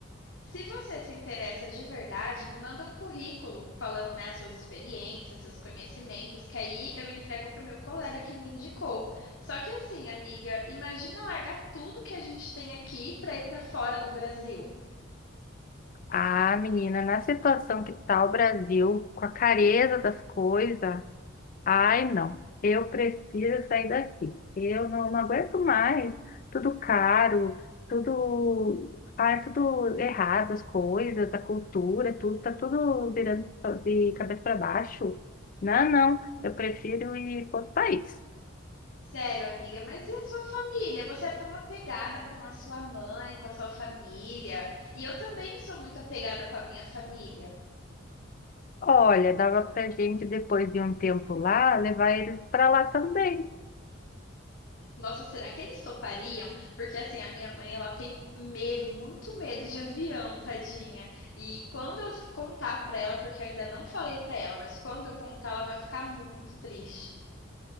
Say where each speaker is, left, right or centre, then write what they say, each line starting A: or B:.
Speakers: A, on the left (about 75°); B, on the left (about 45°).
A: Se você se interessa de verdade, me manda um currículo falando, né, as suas experiências, seus conhecimentos, que aí eu entrego pro meu colega que me indicou. Só que assim, amiga, imagina largar tudo que a gente tem aqui para ir para fora do Brasil.
B: Ah, menina, na situação que tá o Brasil, com a careza das coisas, ai, não. Eu prefiro sair daqui. Eu não, não aguento mais. Tudo caro, tudo... Ai, tudo errado, as coisas, a cultura, tudo, tá tudo virando de cabeça para baixo. Não, não. Eu prefiro ir para outro país.
A: Sério, amiga, mas e a sua família? Você é tão apegada com a sua mãe, com a sua família, e eu também sou muito apegada com a minha família.
B: Olha, dava pra gente, depois de um tempo lá, levar eles para lá também.
A: Nossa, será que eles topariam? Porque assim, a minha mãe, ela tem medo, muito medo de avião, tadinha. E quando eu contar pra ela, porque eu ainda não falei pra ela, mas quando eu contar, ela vai ficar muito triste.